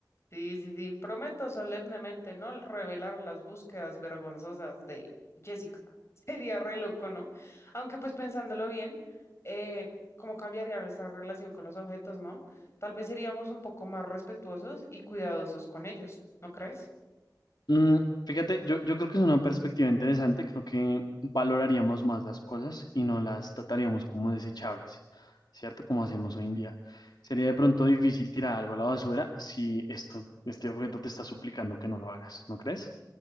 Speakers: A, on the left; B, on the left.
A: Sí, sí, sí. Prometo solemnemente no revelar las búsquedas vergonzosas de Jessica. <laughs> Sería re loco, ¿no? Aunque pues pensándolo bien, eh, cómo cambiaría nuestra relación con los objetos, ¿no? Tal vez seríamos un poco más respetuosos y cuidadosos con ellos, ¿no crees?
B: Mm, fíjate, yo, yo creo que es una perspectiva interesante. Creo que valoraríamos más las cosas y no las trataríamos como desechables, ¿cierto? Como hacemos hoy en día. Sería de pronto difícil tirar algo a la basura si esto, este objeto te está suplicando que no lo hagas, ¿no crees?